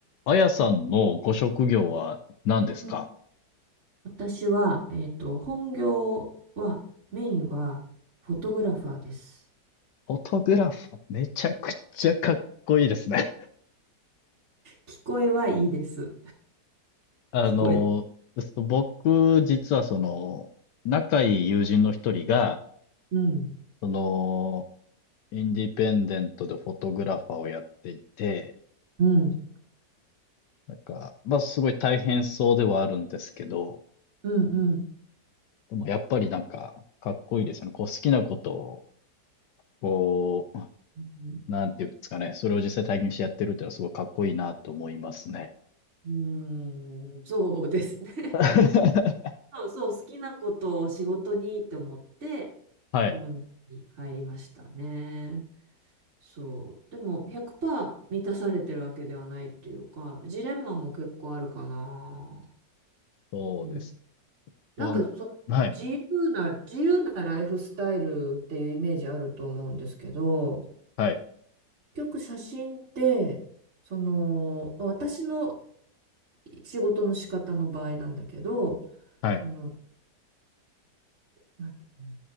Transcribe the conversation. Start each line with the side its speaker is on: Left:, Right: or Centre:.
Left: あやさんのご職業は何ですか
Right: うん私は、えっと、本業は、メインは、フォトグラファーです。
Left: フォトグラファー。めちゃくちゃかっこいいですね。
Right: 聞こえはいいです。
Left: <laughs> あの、
Right: 聞こえ、
Left: そ僕、実はその、仲いい友人の一人が、
Right: うん、
Left: その、インディペンデントでフォトグラファーをやっていて、
Right: うん、
Left: なんか、まあ、すごい大変そうではあるんですけど、
Right: うん、うん、
Left: でもやっぱりなんか、かっこいいですよね。こう、好きなことを、こ
Right: う
Left: う、なんていうんですかね。それを実際体験してやってるっていうのはすごいかっこいいなと思いますね。
Right: ん、うんそうですね。<laughs>
Left: <laughs>
Right: そうそう、好きなことを仕事にって思って、
Left: はい。
Right: この道に入りましたね。そう。でも、100%満たされてるわけではないっていうか、ジレンマも結構あるかな。
Left: そうです。
Right: うなんかその自由な、
Left: ぼんはい、
Right: 自由なライフスタイルっていうイメージあると思うんですけど、
Left: はい、
Right: 結局写真って、その、まあ私の仕事の仕方の場合なんだけど、
Left: はい、
Right: その、なんていうの